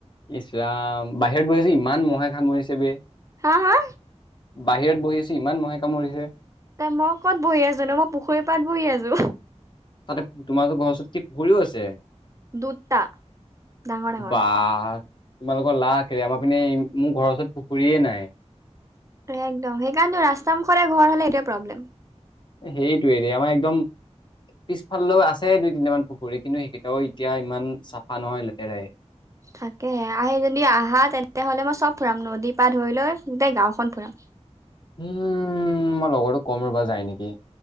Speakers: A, on the left; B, on the right.
A: ইছলাম বাহিৰত গৈিছে ইমান মহে খামৰিছে ব
B: হা হা
A: বাহিৰত বহি আছে ইমান ম'হে কামৰিছে।
B: এ, মই কত বহি আছো ন মই পুখুৰী পাত বহি আছো।
A: তাতে তোমালোকৰ ঘৰৰ ওচৰত কি পুখুৰীও আছে।
B: দুটা ডাঙৰ ডাঙৰ
A: বাহ, তোমালোকৰ লােৰে আমাৰ পিনে মোৰ ঘৰৰ ওচৰত পুখুৰীয়েে নাই।
B: একদম সেইকাৰণো ৰাস্তাৰ মুখৰে ঘৰ হ'লে এতিয়া প্ৰব্লেম।
A: সেইটোৱে আমাৰ একদম। পিছফালেও আছে দুই তিনিটামান পুখুৰী কিন্তু সেইকেইটাও এতিয়া ইমান চাফা নহয় লেতেৰাই।
B: থাকে আহি যদি আহা তেন্তে হ'লে মই চব ফুৰাম নদীৰ পা ধৰি লৈ গোটেই গাওখন ফুৰাম।
A: উম, মই লগৰো কম ৰবা যাই নেকি।